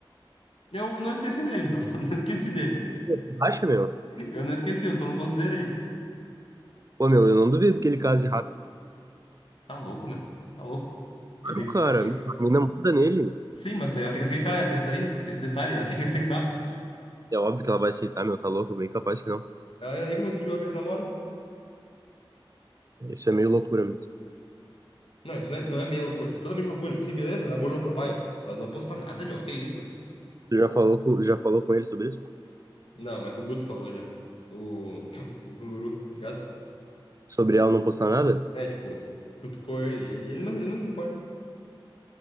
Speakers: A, on the left; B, on the right.
A: Eu não esqueci dele, meu. <laughs> Eu não esqueci dele.
B: Pô, acha, meu?
A: Eu não esqueci, eu só não considerei.
B: Pô, meu, eu não duvido que ele case rápido.
A: Tá louco, meu. Tá louco. Ele...
B: Claro, cara,
A: eu-
B: a mina muda nele.
A: Sim, mas daí ela tem que aceitar, né? Tem essa aí, tem esse detalhe, ela tem que aceitar.
B: É óbvio que ela vai aceitar, meu, tá louco? Bem capaz que não.
A: Ela ainda nem começou a divulgar que eles namoram.
B: Isso é meio loucura mesmo.
A: Não, isso não é, não é meia loucura. É totalmente loucura. Tipo assim, beleza, namoro low profile. Mas não postar nada, meu. Que isso?
B: Tu já falou, com- já falou com ele sobre isso?
A: Não, mas o Guto falou já. O, <coughs> <laughs> o canguru, tá ligado?
B: Sobre ela não postar nada?
A: É, tipo, cutucou ele. Ele, ele, não, ele não se importa.